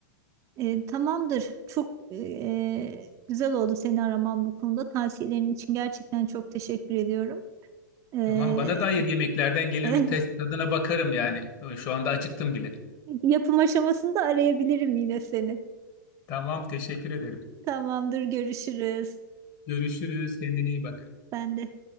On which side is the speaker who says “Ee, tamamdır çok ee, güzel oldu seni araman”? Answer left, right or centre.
Right